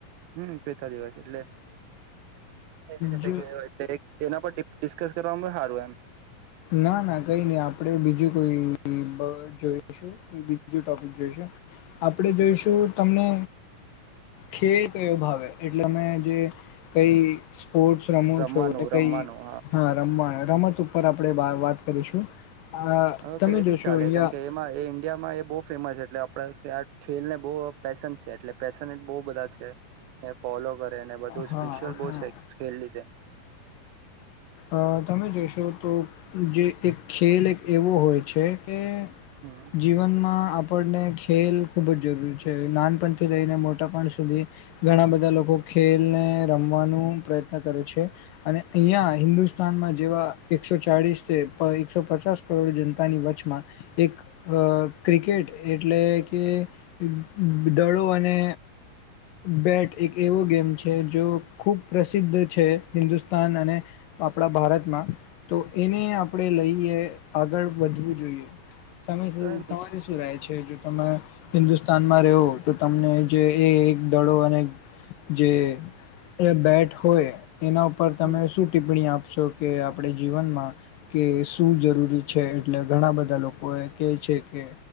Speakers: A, on the right; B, on the left.
A: હમ્મ પિતા દિવસ એટલે કેવી રીતે
B: જો
A: ગયો એટલે એના પર ડિ ડિસ્કસ કરવામાં સારું એમ.
B: ના ના કઈ નઈ આપણે બીજું કોઈ જોઈશું બીજું ટોપિક જોઈશું આપણે જોઈશું તમને ખે કયો ભાવે એટલે અમે જે કઈ સ્પોર્ટસ રમો
A: રમવાનું
B: છો એટલે
A: રમવાનું
B: કઈ હા રમવાના રમત ઉપર આપ આપણેે બા વાત કરીશું. આ
A: ઓકે
B: તમે
A: એ બી
B: જોશો
A: ચાલે
B: અહિયાં
A: કેમ કે એમાં એ ઇન્ડિયામાં એ બહુ ફેમસ એટલે પ્રખ્યાત ખેલને બહુ પેેશન છે એટલે પેશને બહુ બધા છે ને ફોલો કરે ને બધું
B: હા
A: સ્પિરીચ્યુઅલ
B: હા
A: બહુ
B: હા
A: છે ખેલ લીધે.
B: આ તમે જોશો તો જે એક ખેલ એક એવો હોય છે કે
A: હમ
B: જીવનમાં આપ આપણેને ખેલ ખૂબ જ જરૂરી છે નાનપણથી લઈને મોટાપણ સુધી ઘણા બધા લોકો ખેલને રમવાનું પ્રયત્ન કરે છે અને અહિયાં હિન્દુસ્તાનમાં જેવા એકસો ચાળીસ કે તય એકસો પચાસ કરોડ જનતાની વચમાં એક અ ક્રિકેટ એટલે કે ઉહ દદ દળો અને બેટ એક એવો ગેમ છે જો ખુબ પ્રસિદ્ધ છે, હિન્દુસ્તાન અને આપણા ભારતમાં તો એને આપણે લઈએ આગળ વધવું જોઈએ. તમે શું,
A: કઈ
B: તમારે શું રહે છે, જો તમે હિન્દુસ્તાનમાં રહેવો તો તમને જે એ દડો અને જેએ એ બેટ હોય એના ઉપર
A: નહી
B: તમે શું ટિપ્પણી આપશો? કે આપડે જીવનમાં કે શું જરૂરી છે, એટલે ઘણા બધા લોકો એ કેહ છે કે,